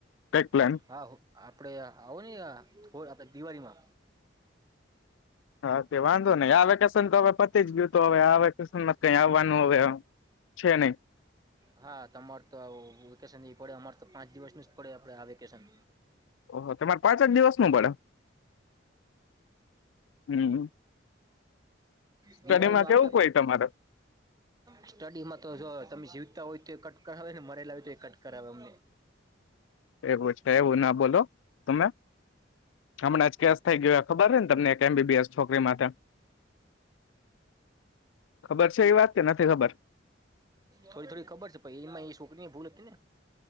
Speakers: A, on the left; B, on the right.
A: કઈક પ્લાન
B: હા આપડે આવો ને આપ દિવાળીમાં.
A: હા તે વાંધો નઈ આ વેકેશન તો હવે પતી તો હવે આ વેકેશનમાં કઈ આવવાનું હવે છે નહી
B: હા તમારે તો વેકેશન પડે પાંચ દિવસ ન જ પડે આપડે આ વેકેશન
A: ઓહો તમારે પાંચ જ દિવસ નું પડે હમ સ્ટડીમાં
B: દિવાળી નું
A: કેવું
B: આપે
A: કોઈ તમારે
B: સ્ટડીમાં તો જો તમે જી હોય તો કટ કરાવે ને મરેલા હોય તો એ કટ કરાવે અમને.
A: એવું છે એવું ના બોલો તમે હમણાં જ કેસ થઈ ગયો ખબર રહે ને તમને એક એમબીબીએસ છોકરી માટે. ખબર છે એ વાત કે નથી ખબર?
B: થોડી થોડી ખબર છે પ એમાં એ છોકરી ભૂલ હતી ને.